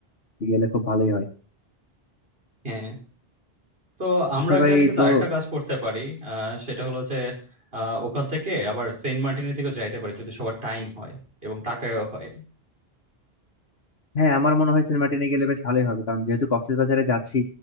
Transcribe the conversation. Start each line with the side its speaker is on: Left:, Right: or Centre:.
Left: গেলে খুব ভালোই হয়
Right: হ্যাঁ তো আমরা
Left: আচ্ছা ভাই
Right: চাইলে কিন্তু
Left: তো
Right: আরেকটা কাজ করতে পারি আহ, সেটা হলো যে আহ, ওখান থেকে আবার সেন্ট মার্টিনের দিকে যাইতে পারি যদি সবার টাইম হয় এবং টাকায়ও হয়
Left: হ্যাঁ আমার মনে হয় সিনেমা টেনে গেলে বেশ ভালোই হবে কারণ যেহেতু কক্সবাজারে যাচ্ছি